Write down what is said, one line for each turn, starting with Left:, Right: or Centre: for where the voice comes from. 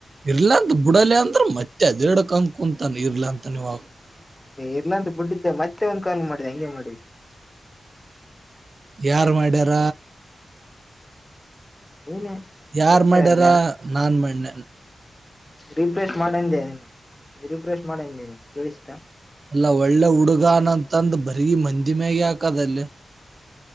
Right: ಇರ್ಲಾ ಅಂತ ಬಿಡಲ್ಲ ಅಂದ್ರ ಮತ್ತೆ ಅದಡಕ್ಂತ ಕುಂತಾನ ಇರ್ಲಾ ಅಂತನ್ವಾಗ
Left: ಇಲ್ಲ ಅಂತ ಬಿಡ್ಡಿದ್ದೆ ಮತ್ತೆ ಒಂದ್ ಕಾ ಮಾಡಿದೆ ಹಂಗೆ ಮಾಡಿದೆ
Right: ಯಾರ್ ಮಾಡ್ಯಾರ
Left: ನೀನೇ
Right: ಯಾರ್
Left: ಮತ್ತೆ
Right: ಮಾಡ್ಯಾರ
Left: ಯಾರು
Right: ನಾನ್ ಮಾಡನೆ
Left: ರಿಪ್ರೆಷ್ ಮಾಡಂದೆ ನಿನಗೆ ರೀಫ್ರೆಷ್ ಮಾಡಂದೆ ನಿನ್ ಕೇಳಿಸಿತಾ
Right: ಅಲ್ಲಾ ಒಳ್ಳೆ ಹುಡುಗನಂತಂದ ಬರ್ಗಿ ಮಂದಿ ಮ್ಯಾಗ ಹಾಕದಲ್ಲಿ